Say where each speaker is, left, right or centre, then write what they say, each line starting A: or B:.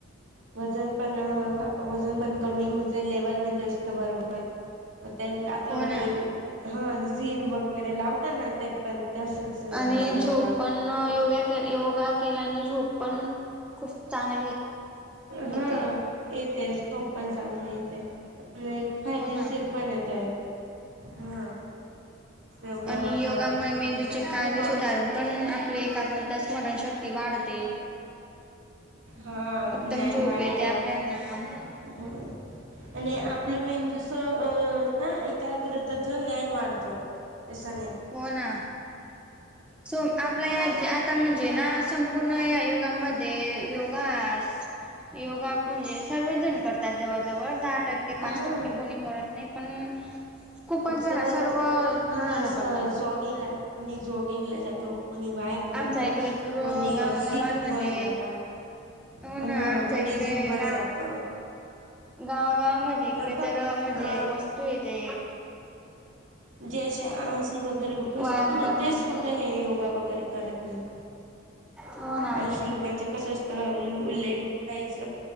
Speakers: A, on the right; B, in the centre.
A: वजन पण वजन पण कमी म्हणजे लेवलमध्येध्ये असतं बरोबर तर त्या आता
B: हो ना
A: ते हा जिम वगैरे लावता ना ते पण तसच
B: आणि
A: हे योगा
B: झोप पण योगा के योगा केल्याने झोप पण खूप चांगली
A: हा
B: येते
A: येते झोप पण चांगली येते फायदेशीर
B: हो ना.
A: पण येत हा योगा
B: आणि
A: मग
B: योगामुळे मेंदूचे
A: त्याच्याने
B: कारे
A: खूप हा
B: सुधारून पण आपले काग्र तर स्मरणशक्ती वाढते
A: हा
B: उत्तम
A: ज्ञान
B: झोप
A: वाढत
B: येते आपल्याना
A: ह आणि आपलं मेंदूस अं ना एकाग्रतत् ज्ञान वाढतं केसाने
B: हो ना सो आपल्या आता म्हणजे ना संपूर्ण या योगामध्ये योगास योगा म्हणजे सर्वजण करतात जवळ जवळ दहा टक्के पाच
A: हा
B: टक्के कोणी करत नाही पण खूपच जण
A: जवळ
B: सर्व
A: जवळ हा
B: जण करतात.
A: जॉगिंगला मी जॉगिंगला जातो कोणी व्यायाम
B: आमच्या
A: करतो
B: इकडे तर
A: कोणी
B: गावागावांमध्ये
A: अजीम वर जाता
B: हो
A: ह
B: ना आमच्या
A: कोणी
B: इकडे
A: जिमवर
B: गा
A: जात
B: गावागावामध्ये इकडे
A: फक्त
B: तर म्हणजे
A: अ
B: वस्तू येते
A: जसे आंळशी वगैरे लोक असतात
B: व्यायाम
A: ना
B: करण्याच
A: तेच फक्त हे योगा वगैरे करत नाही
B: हो ना.
A: अशी लोकांचं कसं असतं लेट उठायच